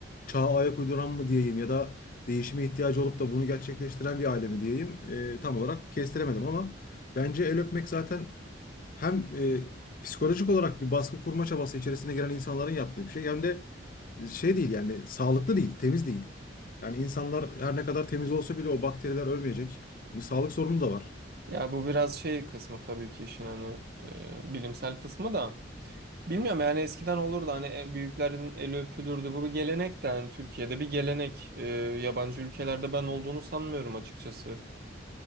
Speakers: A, on the left (about 45°); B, on the right (about 55°).
A: çağa ayak uyduran mı diyeyim ya da değişime ihtiyacı olup da bunu gerçekleştiren bir aile mi diyeyim. E, tam olarak kestiremedim ama bence el öpmek zaten hem e, psikolojik olarak bir baskı kurma çabası içerisine giren insanların yaptığı bir şey hem de e, şey değil yani sağlıklı değil, temiz değil. Yani insanlar her ne kadar temiz olsa bile o bakteriler ölmeyecek. Bir Sağlık sorunu da var.
B: Ya bu biraz şey kısmı tabii ki işin hani e, bilimsel kısmı da. Bilmiyorum yani eskiden olurdu hani en büyüklerin eli öpülürdü. Bu bir gelenek de hani Türkiye'de bir gelenek. Ee, yabancı ülkelerde ben olduğunu sanmıyorum açıkçası.